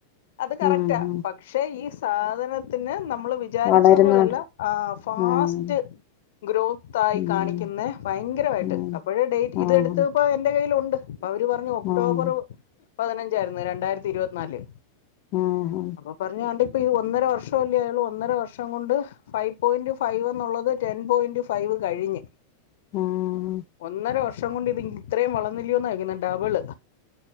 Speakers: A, on the left; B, on the left.
A: അത് കറക്റ്റാ
B: ഉം ഉം
A: പക്ഷെ ഈ സാധനത്തിന് ന മ്മള് വിചാരിച്ച
B: വളരുന്നോണ്ട്
A: പോലല്ല ആ ഫാസ്റ്റ്
B: ആഹ്
A: ഗ്രോത്തായി
B: ഉം
A: കാണിക്കുന്നെ ഭയങ്കരവായിട്ട്
B: ഉം
A: അപ്പോഴ ഡേറ്റ്
B: ആഹ്
A: ഇതെടുത്തപ്പ എന്റെ കയ്യിൽ ഉ ണ്ട് അപ്പോ അവര് പറഞ്ഞു ഒക്ടോബർ
B: ആഹ്
A: പതിനഞ്ചായിരുന്നു രണ്ടായിരത്തി ഇരുപത്തിനാല്
B: ആഹ്
A: അപ്പൊ പറഞ്ഞ് <unintelligible> ണ്ട് ഇപ്പോ ഈ ഒന്നര വർഷല്ലേ അയോള് ഒന്നര വർഷം കൊണ്ട് ഫൈവ് പോയിന്റ് ഫൈവ് എന്നുള്ളത് ടെൻ പോയിന്റ് ഫൈവ് കഴിഞ്ഞ്
B: ആഹ്
A: ഒന്നര വർ വർഷം കൊണ്ട് ഇതി ഇത്രയും വളർന്നില്ലോന്നാ ഇതിനെ ഡബിള്